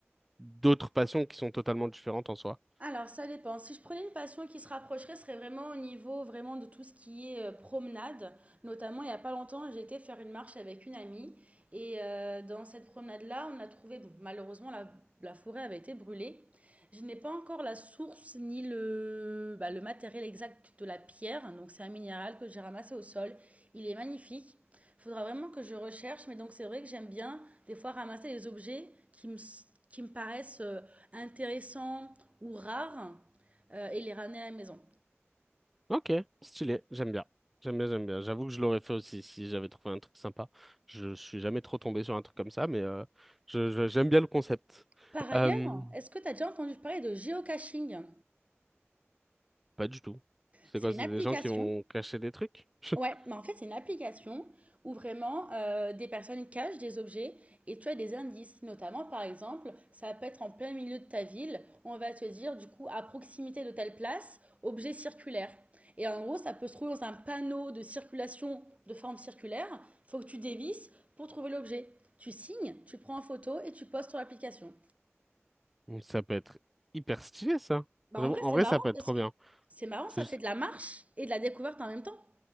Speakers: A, in the centre; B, on the right.
A: d'autres passions qui sont totalement différentes en soi?
B: Alors ça dépend. Si je prenais une passion qui se rapprocherait, ce serait vraiment au niveau vraiment de tout ce qui est euh, promenade. Notamment, il n'y a pas longtemps, j'ai été faire une marche avec une amie. Et euh, dans cette promenade-là, on a trouvé, bon, malheureusement, la, la forêt avait été brûlée. Je n'ai pas encore la source ni le, bah, le matériel exact de la pierre. Donc c'est un minéral que j'ai ramassé au sol. Il est magnifique. Il faudra vraiment que je recherche, mais donc c'est vrai que j'aime bien des fois ramasser les objets qui me, qui me paraissent euh, intéressants ou rares euh, et les ramener à la maison.
A: Ok, stylé, j'aime bien. J'aime bien, j'aime bien. J'avoue que je l'aurais fait aussi si j'avais trouvé un truc sympa. Je suis jamais trop tombé sur un truc comme ça, mais euh, je, je- j'aime bien le concept.
B: Par ailleurs,
A: Euh,
B: est-ce que tu as déjà entendu parler de géocaching?
A: pas du tout. C'est
B: C'est
A: quoi?
B: une
A: C'est
B: application
A: des gens qui vont cacher des trucs? <laughs>
B: Ouais, mais en fait, c'est une application où vraiment euh, des personnes cachent des objets et tu as des indices. Notamment, par exemple, ça peut être en plein milieu de ta ville, on va te dire du coup à proximité de telle place, objet circulaire. Et en gros, ça peut se trouver dans un panneau de circulation de forme circulaire. Il faut que tu dévisses pour trouver l'objet. Tu signes, tu prends en photo et tu postes sur l'application.
A: Donc, Ça peut être hyper stylé, ça.
B: Bah
A: J'avoue,
B: en vrai,
A: en
B: c'est
A: vrai,
B: marrant
A: ça peut être
B: parce
A: trop
B: que
A: bien.
B: c'est marrant,
A: C'est
B: ça
A: juste-
B: fait de la marche et de la découverte en même temps.